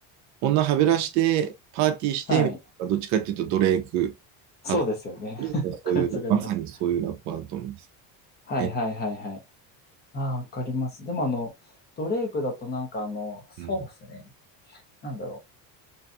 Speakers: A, on the right; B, on the left.
A: 女はべらして、パーティーして、
B: はい。
A: みたいな、どっちかっていうとドレイク
B: そうですよね。
A: 派、
B: <laughs>
A: そういう、
B: わかります。わかります。
A: まさにそういうラッパーだと思います。
B: はいはいはいはい。
A: え、
B: ああ、わかります。でもあの、ドレイクだとなんかあの、そうですね。
A: うん。
B: なんだろ